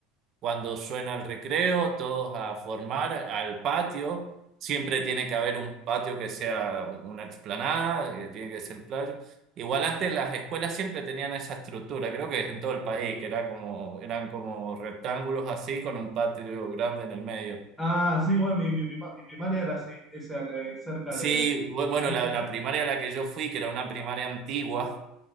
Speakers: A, on the right; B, in the centre.
A: cuando suena el recreo, todos a formar al patio, siempre tiene que haber un patio que sea una explanada, eh, tiene que ser playo. Igual antes las escuelas siempre tenían esa estructura, creo que en todo el país, que era como, eran como rectángulos así con un patio grande en el medio.
B: Ah, sí, bueno, mi, mi prima- mi primaria era así, esa, eh, cerca
A: Sí,
B: de...
A: bu- bueno,
B: ¿Antes?
A: la, la primaria a la que yo fui, que era una primaria antigua,